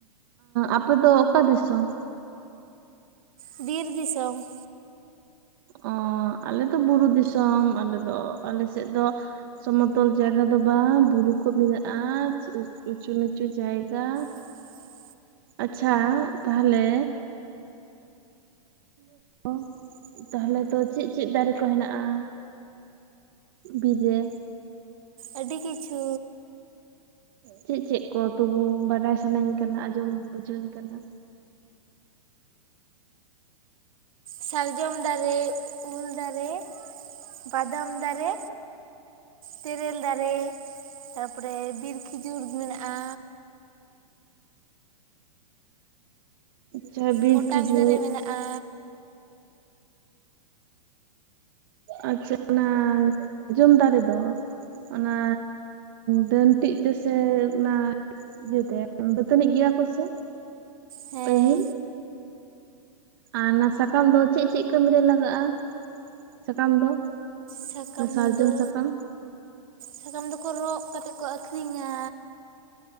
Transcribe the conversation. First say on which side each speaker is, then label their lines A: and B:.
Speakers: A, on the right; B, on the right.
A: ᱟᱯᱮ ᱫᱚ ᱚᱠᱟ ᱫᱤᱥᱚᱢ
B: ᱵᱤᱨ ᱫᱤᱥᱚᱢ,
A: ᱚ ᱟᱞᱮ ᱫᱚ ᱵᱩᱨᱩ ᱫᱤᱥᱚᱢ ᱟᱞᱮ ᱫᱚ ᱟᱞᱮ ᱥᱮᱫ ᱫᱚ, ᱥᱚᱢᱚᱛᱚᱞ ᱡᱟᱭᱜᱟ ᱫᱚ ᱵᱟᱝ ᱵᱩᱨᱩ ᱠᱚ ᱢᱮᱱᱟᱜᱼᱟ ᱩᱪᱩ ᱱᱩᱪᱩ ᱡᱟᱭᱜᱟ,
B: <inaudible>
A: ᱟᱪᱪᱷᱟ ᱛᱟᱦᱚᱞᱮ <inaudible> ᱛᱟᱦᱞᱮ ᱛᱚ ᱪᱮᱫ ᱪᱮᱫ ᱫᱟᱨᱮ ᱠᱚ ᱦᱮᱱᱟᱜᱼᱟ, ᱵᱤᱨ ᱨᱮ
B: ᱟᱹᱰᱤ ᱠᱤᱪᱷᱩ
A: ᱪᱮᱫ ᱪᱮᱫ ᱠᱚ ᱛᱚᱵᱩ ᱵᱟᱰᱟᱭ ᱥᱟᱱᱟᱧ ᱠᱟᱱᱟ ᱟᱸᱡᱚᱢ ᱵᱩᱡᱷᱟᱹᱣᱧ ᱠᱟᱱᱟ
B: ᱥᱟᱨᱡᱚᱢ ᱫᱟᱨᱮ ᱩᱞ ᱫᱟᱨᱮ ᱵᱟᱫᱟᱢ ᱫᱟᱨᱮ ᱛᱮᱨᱮᱞ ᱫᱟᱨᱮ ᱛᱟᱨᱯᱚᱨᱮ ᱵᱤᱨ ᱠᱷᱤᱡᱩᱨ ᱢᱮᱱᱟᱜᱼᱟ
A: ᱡᱟᱦᱟ ᱵᱤᱨ
B: ᱯᱚᱴᱟᱥ
A: ᱠᱷᱤᱡᱩᱨ
B: ᱫᱟᱨᱮ ᱢᱮᱱᱟᱜᱼᱟ
A: ᱟᱪᱪᱷᱟ ᱚᱱᱟ ᱡᱚᱢ ᱫᱟᱨᱮ ᱫᱚ ᱚᱱᱟ ᱰᱟᱹᱱᱛᱤᱜ ᱛᱮᱥᱮ ᱚᱱᱟ ᱤᱭᱟᱹᱛᱮ ᱫᱟᱹᱛᱟᱹᱱᱤᱜ ᱜᱮᱭᱟ ᱠᱚ ᱥᱮ
B: ᱦᱮᱸ
A: ᱯᱟᱹᱦᱤᱞ ᱟᱨ ᱚᱱᱟ ᱥᱟᱠᱟᱢ ᱫᱚ ᱪᱮᱫ ᱪᱮᱫ ᱠᱟᱹᱢᱤ ᱨᱮ ᱞᱟᱜᱟᱜᱼᱟ ᱥᱟᱠᱟᱢ ᱫᱚ
B: ᱥᱟᱠᱟᱢ
A: ᱥᱟᱨᱡᱚᱢ
B: ᱫᱚ
A: ᱥᱟᱠᱟᱢ
B: ᱥᱟᱠᱟᱢ ᱫᱚᱠᱚ ᱨᱚᱜ ᱠᱟᱛᱮᱫ ᱠᱚ ᱟᱹᱠᱷᱨᱤᱧᱟ